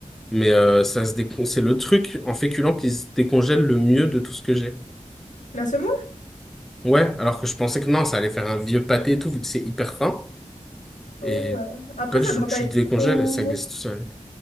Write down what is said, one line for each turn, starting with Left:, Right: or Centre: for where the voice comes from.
Centre: Mais euh, ça se décon... c'est le truc en féculent qui se décongèle le mieux de tout ce que j'ai.
Left: La semoule?
Centre: Ouais, alors que je pensais que non, ça allait faire un vieux pâté et tout, vu que c'est hyper fin.
Left: Ou,
Centre: Et
Left: euh, Après,
Centre: pas
Left: ça
Centre: du
Left: doit
Centre: tout, tu
Left: pas être
Centre: le décongèles
Left: trop...
Centre: et ça glisse tout seul.